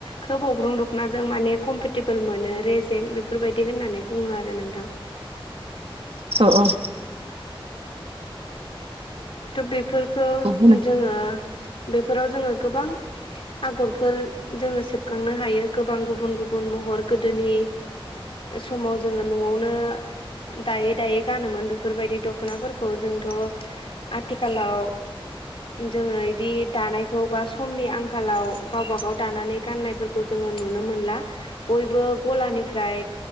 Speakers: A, on the left; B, on the right.
A: खोब अग्रं दखनाजों माने कम्फर्टेबोल मोनो रेजें बेफोरबायदि होननानै बुङो आरो नोंथां।
B: औ औ
A: बेफोरखौ
B: औ होनाय औ
A: जोङो बेफोराव जोङो गोबां आगरफोर जोङो सेबखांनो हायो गोबां गुबुन गुबुन महर गोदोनि समाव जोङो न'आवनो दायै दायै गानोमोन बेफोरबायदि दख'नाफोरखौ जोंथ' आथिखालाव जोङो इदि दानायखौ बा समनि आंखालाव गावबा गाव दानानै गाननायफोर खौ जोङो नुनो मोनला बयबो गलानिफ्राय